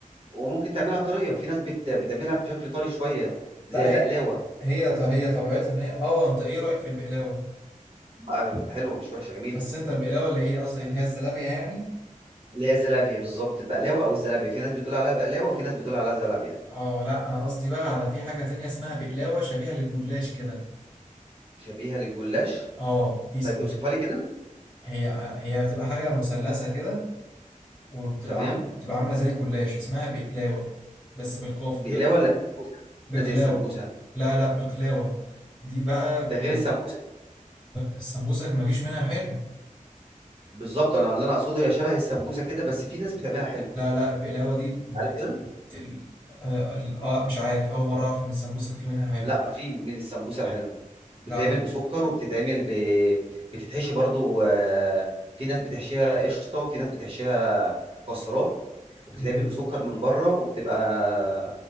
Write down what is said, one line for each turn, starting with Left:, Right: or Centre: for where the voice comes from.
Right: وممكن تعملها طريه في ناس بت... بتعملها بشكل طري شويه زي
Left: لا
Right: البقلاوه
Left: هي هي هي طبيعتها ان هي اه انت ايه رايك في البقلاوه
Right: بقى حلوه مش وحشه جميله
Left: بس انت البقلاوه اللي هي قصدي اللي هي الزلابيه يعني
Right: اللي هي الزلابيه بالظبط البقلاوه او الزلابيه في ناس بتقول عليها بقلاوه وفي ناس بتقول عليها زلابيه
Left: اه لا انا قصدي بقى على في حاجة تانية اسمها بقلاوة شبيهة للجلاش كده
Right: شبيهه للجلاش
Left: اه دي اسم
Right: طيب اوصفها لي كده
Left: هي هي بتبقى حاجة مثلثة كده وبتبقى
Right: تمام
Left: عاملة بتبقى عاملة زي الجلاش اسمها بقلاوة بس بالقاف
Right: بقلاوه
Left: بق...
Right: ولا سمبوسه
Left: بقلاوة
Right: عامله زي السمبوسه
Left: لا لا بقلاوة دي بقى ب...
Right: ده غير السمبوسه
Left: السمبوسك مفيش منها حلو
Right: بالظبط انا اللي انا اقصده هي شبه السمبوسه كده بس في ناس بتعملها حلو
Left: لا لا البقلاوة دي بت...
Right: عارف كده
Left: بت... ال- آه آه، مش عارف أول مرة أعرف إن السمبوسك فيه منها حلو
Right: لا في من السمبوسه حلو بتتعمل
Left: لا لا
Right: بسكر وبتتعمل ب... بتتحشي برضو آه، في ناس بتحشيها قشطه وفي ناس بتحشيها مكسرات وبتتعمل
Left: مم.
Right: بسكر من بره وبتبقى